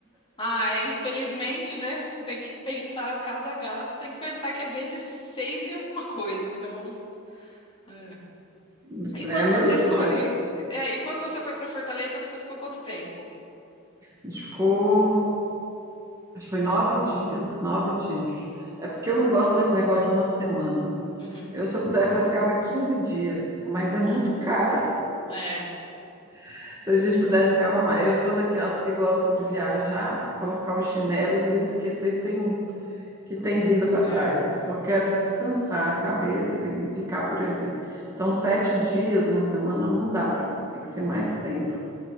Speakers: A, on the left; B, on the right.
A: Ah, é, infelizmente, né? Tem que pensar cada gasto, tem que pensar que é vezes seis e alguma coisa. Então. é.
B: É,
A: E quando
B: é a mesma
A: você foi,
B: coisa.
A: é, e quando você foi para Fortaleza, você ficou quanto tempo?
B: A gente ficou Acho que foi nove dias, nove dias. É porque eu não gosto desse negócio de uma semana.
A: Uhum.
B: Eu, se eu pudesse, eu ficava 15 dias, mas é muito
A: É,
B: caro.
A: é,
B: <laughs> Se a gente pudesse ficar mais. Eu sou daquelas que gostam de viajar, colocar o chinelo e esquecer que tem, que tem vida para
A: é,
B: trás. Eu só quero descansar a cabeça e ficar por ali. Então, sete dias na semana não dá para mim, tem que ser mais tempo.